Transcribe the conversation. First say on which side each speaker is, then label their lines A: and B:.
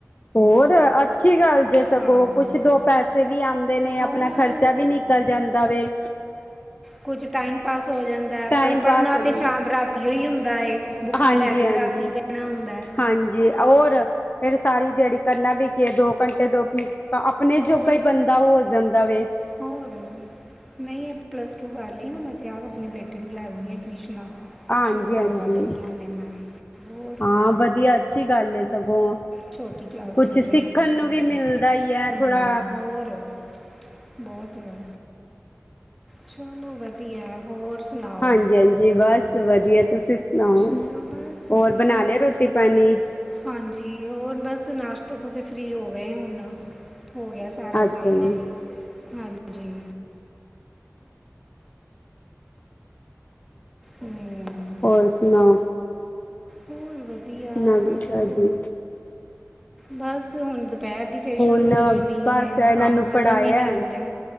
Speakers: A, on the left; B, in the centre.
A: ਹੋਰ ਅੱਛੀ ਗੱਲ ਜੇ ਸਗੋਂ
B: ਹਾਂ
A: ਕੁਛ ਦੋ ਪੈਸੇ ਵੀ ਆਉਂਦੇ ਨੇ
B: ਹੋਰ
A: ਆਪਣਾ ਖ਼ਰਚਾ ਵੀ ਨਿਕਲ ਜਾਂਦਾ ਵੇ
B: ਕੁਛ ਟਾਈਮ ਪਾਸ ਹੋ ਜਾਂਦਾ
A: ਟਾਈਮ
B: ਪੜ੍ਹ ਪੜ੍ਹਨਾ
A: ਪਾਸ ਹੋ ਜਾਂਦਾ
B: ਤਾਂ ਸ਼ਾਮ ਰਾਤੀ ਹੀ ਹੁੰਦਾ ਏ ਬੁੱਕਾਂ
A: ਹਾਂਜੀ
B: ਲੈ ਕੇ ਤੇ
A: ਹਾਂਜੀ
B: ਰਾਤੀ ਬਹਿਣਾ ਹੁੰਦਾ
A: ਹਾਂਜੀ ਔਰ ਫੇਰ ਸਾਰੀ ਦਿਹਾੜੀ ਕਰਨਾ ਵੀ ਕੀ ਦੋ ਘੰਟੇ ਦੋ ਆਪਣੇ
B: ਹੋਰ
A: ਜੋਗਾ ਹੀ ਬੰਦਾ ਹੋ ਜਾਂਦਾ ਵੇ
B: ਹੋਰ ਨਹੀਂ ਇਹ ਪਲੱਸ ਟੂ ਕਰ ਲਈ ਨਾ ਮੈਂ ਤਾਂ ਆਪ ਆਪਣੀ ਬੇਟੀ ਨੂੰ ਲੈ ਦੇਣੀਆਂ ਟਿਊਸ਼ਨਾਂ
A: ਹਾਂਜੀ
B: ਸ਼ੁਰੂ ਕਰਵਾ
A: ਹਾਂਜੀ
B: ਦੇਣੀਆਂ ਨੇ ਮੈਂ ਹੋਰ
A: ਹਾਂ ਵਧੀਆ ਅੱਛੀ ਗੱਲ ਏ ਸਗੋਂ
B: ਛੋਟੀ ਕਲਾਸਿਸ
A: ਕੁਛ ਸਿੱਖਣ
B: ਦੇ ਬੱਚੇ
A: ਨੂੰ ਵੀ ਮਿਲਦਾ ਹੀ ਹੈ
B: ਹਮ
A: ਥੋੜਾ
B: ਹੋਰ ਬਹੁਤ ਵਾ ਚਲੋ ਵਧੀਆ ਹੋਰ ਸੁਣਾਓ
A: ਹਾਂਜੀ ਹਾਂਜੀ ਬਸ ਵਧੀਆ ਤੁਸੀਂ ਸੁਣਾਓ
B: ਚਲੋ ਬਸ ਵਧੀਆ
A: ਔਰ ਬਣਾ ਲਿਆ
B: ਬਸ
A: ਰੋਟੀ ਪਾਣੀ
B: ਹਾਂਜੀ ਹੋਰ ਬਸ ਨਾਸ਼ਤੇ ਤੋਂ ਤੇ ਫ੍ਰਰੀ ਹੋ ਗਏ ਹੁਣ ਹੋ ਗਿਆ ਸੀ ਸਾਰਾ
A: ਅੱਛਾ
B: ਕੰਮ
A: ਜੀ
B: ਹਾਂਜੀ ਹਮ,
A: ਹੋਰ ਸੁਣਾਓ
B: ਹੋਰ ਵਧੀਆ
A: ਨਵੀ
B: ਬਸ
A: ਤਾਜੀ
B: ਬਸ ਹੁਣ ਦੁਪਹਿਰ ਦੀ ਫੇਰ
A: ਹੁਣ
B: ਸ਼ੁਰੂ ਹੋ ਜਾਣੀ
A: ਬਸ
B: ਏ
A: ਇਹਨਾਂ
B: ਕੰਮ
A: ਨੂੰ
B: ਖਤਮ
A: ਪੜ੍ਹਾਇਆ
B: ਹੀ ਨਹੀਂ ਹੁੰਦੇ